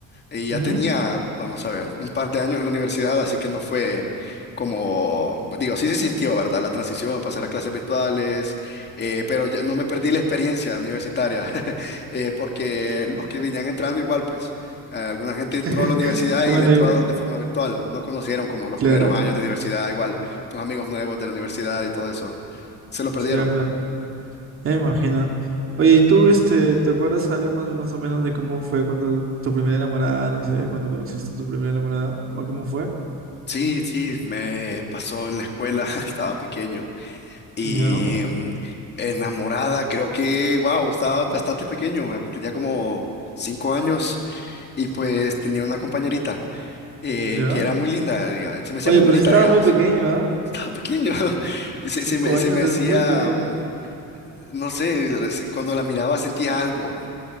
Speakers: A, on the left; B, on the right.
A: y ya
B: Ujú.
A: tenía, vamos a ver, un par de años en la universidad, así que no fue como, digo, sí se sintió, ¿verdad? La transición, pasar a clases virtuales, eh, pero ya no me perdí la experiencia universitaria, <laughs> eh, porque los que venían entrando igual, pues, eh, alguna gente
B: <laughs>
A: entró a la universidad
B: Bueno,
A: y la entró
B: y-
A: de forma virtual, no conocieron como los
B: claro,
A: primeros años
B: cl-
A: de universidad, igual, tus amigos nuevos de la universidad y todo eso, se lo perdieron.
B: claro. Ya me imagino. Oye, ¿y tú, este, te acuerdas algo más, más o menos de cómo fue cuando tu primera enamorada, no sé, cuando conociste a tu primera enamorada? ¿O cómo fue?
A: Sí, sí, me pasó en la escuela, <laughs> estaba pequeño y
B: Ya,
A: mm, enamorada, creo que, wow, estaba bastante pequeño, eh, tenía como cinco años y pues tenía una compañerita eh,
B: ya.
A: que era muy linda, diga- se me hacía
B: Oye,
A: muy bonita,
B: pero sí estabas
A: digamos,
B: muy pequeño, ¿ah?
A: estaba pequeño, <laughs> y se,
B: Cinco
A: se me,
B: años
A: se me
B: es
A: hacía,
B: muy pequeño.
A: mm, no sé, la- se- cuando la miraba sentía algo,